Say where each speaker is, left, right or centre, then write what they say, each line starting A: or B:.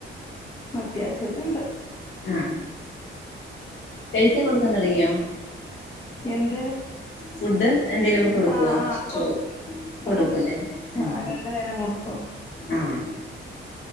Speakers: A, on the left (about 20°); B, on the left (about 65°).
A: അത്യാവശ്യത്തിന് ഇണ്ട്
B: ആഹ് കഴിക്കാൻ കൊടുക്കാൻ തൊടങ്ങിയോ
A: എന്ത്
B: ഫുഡ് എന്തേലൊക്കെ കൊടുക്ക്വോ
A: ആഹ് ആഹ് അത്
B: ചോറ്
A: കൊടുക്കും
B: കൊടുക്കൊലെ
A: അത് കൊടുക്കും
B: ആഹ്
A: രണ്ടു നേരം കൊടുക്കും
B: ആഹ്